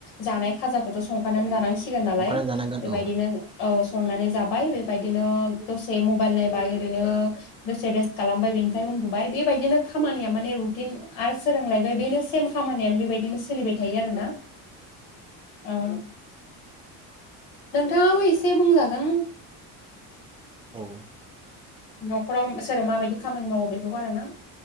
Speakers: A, on the left (about 85°); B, on the right (about 15°).
A: जानाय खाजाखौथ' संखानानै जानांसिगोन नालाय
B: संखाना जानांगोन
A: बेबायदिनो
B: औ
A: औ संनानै जाबाय बेबायदिनो दसे मबाइल नायबाय ओरैनो दसे रेस्ट खालामबाय बेनिफ्राय उन्दुबाय बेबायदिनो खामानिया माने रुटिन आरो सोरांलायबाय बेनो सेम खामानियानो बेबायदिनो सोलिबाय थायो आरो ना। औ नोंथाङाबो एसे बुंजागोन
B: औ
A: न'खराव सोरो माबायदि खामानि मावो बेफोरखौ आरो ना।